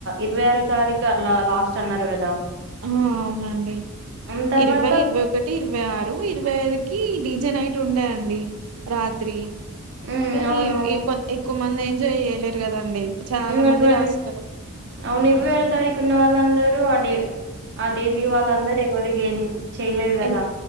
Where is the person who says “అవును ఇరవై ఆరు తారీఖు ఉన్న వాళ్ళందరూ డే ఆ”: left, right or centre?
Right